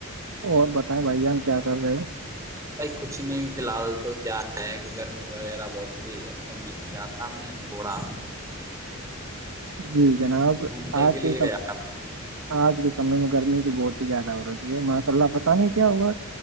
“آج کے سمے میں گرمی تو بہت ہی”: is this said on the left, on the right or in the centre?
Right